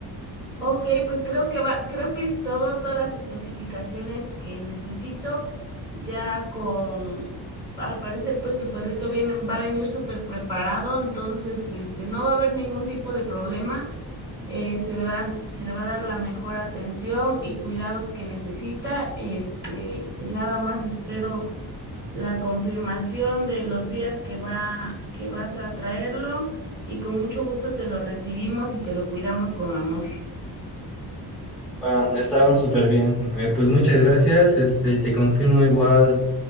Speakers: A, on the right; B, in the centre.
A: Ok, pues creo que va, creo que es todo, todas las especificaciones que necesito, ya con, al parecer, pues tu perrito viene, va a venir súper preparado, entonces, este, no va a haber ningún tipo de problema, eh, se le va, se le va a dar la mejor atención y cuidados que necesita, este, pues nada más espero la confirmación de los días que va, que vas a traerlo y con mucho gusto te lo recibimos y te lo cuidamos con amor.
B: Bueno, estaba súper bien. Eh, pues muchas gracias. Este, te confirmo igual